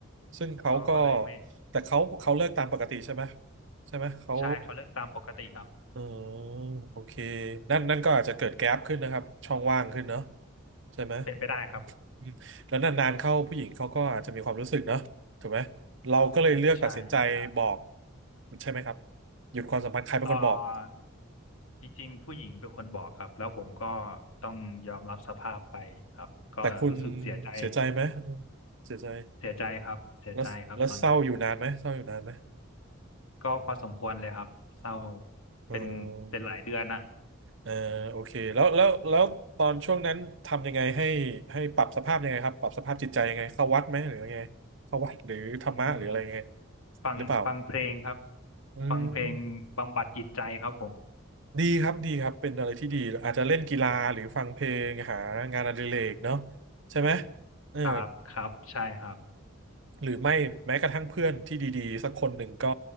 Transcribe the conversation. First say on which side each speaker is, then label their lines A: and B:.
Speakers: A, on the right; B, on the left.
A: ซึ่งเขาก็
B: ก็ก็เลยไม่
A: แต่เขาเขาเลิกตามปกติใช่ไหมใช่ไหมเขา
B: ใช่เขาเลือกตามปกติครับ
A: เออโอเคนั่นนั่นก็อาจจะเกิดแก๊ปขึ้นนะครับช่องว่างขึ้นเนาะใช่ไหม
B: เป็นไปได้ครับ
A: อืมแล้วนานๆเข้าผู้หญิงเขาก็อาจจะมีความรู้สึกเนาะถูกไหมเราก็เลยเลือกตัดสินใจบอก
B: ใช่ใช่
A: ใช่ไหมครับหยุดความสัมพันธ์ใครเป็นคนบอก
B: เอ่อจริงๆผู้หญิงเป็นคนบอกครับแล้วผมก็ต้องยอมรับสภาพไปครับก็รู้สึกเสียใจ
A: แต่คุณเสียใจไหมอืมเสียใจ
B: เสียใจครับเสียใจครับตอนนั้น
A: แล้วแล้วเศร้าอยู่นานไหมเศร้าอยู่นานไหม
B: ก็พอสมควรเลยครับเศร้า
A: เออ
B: เป็นเป็นหลายเดือนอ่ะ
A: เออโอเคแล้วแล้วแล้วตอนช่วงนั้นทำยังไงให้ให้ปรับสภาพยังไงครับปรับสภาพจิตใจยังไงเข้าวัดไหมหรือยังไงเข้าวัดหรือธรรมะหรืออะไรยังไง
B: อืมฟังฟังเพลงครับ
A: หรือเปล่าอืม
B: ฟังเพลงบำบัดจิตใจครับผม
A: ดีครับดีครับเป็นอะไรที่ดีอาจจะเล่นกีฬาหรือฟังเพลงหางานอดิเรกเนาะใช่ไหมเออ
B: ครับครับใช่ครับ
A: หรือไม่แม้กระทั่งเพื่อนที่ดีๆสักคนหนึ่งก็